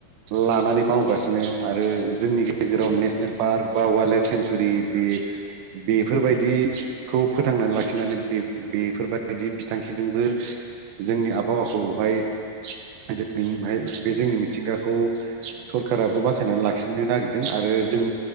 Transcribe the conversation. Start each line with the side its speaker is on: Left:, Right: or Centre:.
Right: लानानै मावगासिनो आरो जोंनि गेजेराव
Left: औ
Right: नेसनेल
Left: औ
Right: पार्क बा वाइल्ड लाइफ सेेंसुरि बे बेफोरबायदि
Left: उम उम
Right: खौ फोथांनानै लाखिनानै बे बेफोरबायदि बिथांखिजोंबो जोंनि आबहावाखौहाय जों बेनिफ्राय
Left: उम,
Right: जोंनि मिथिंगाखौ सरखाराबो बासायनानै लाखिनो नागिरदों आरो जों